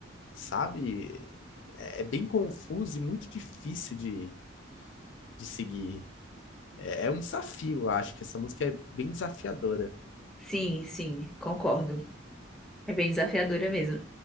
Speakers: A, on the left (about 70°); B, in the centre.
A: sabe? É, é bem confuso e muito difícil de, de seguir. É, é um desafio, eu acho, que essa música é bem desafiadora.
B: Sim, sim, concordo. É bem desafiadora mesmo.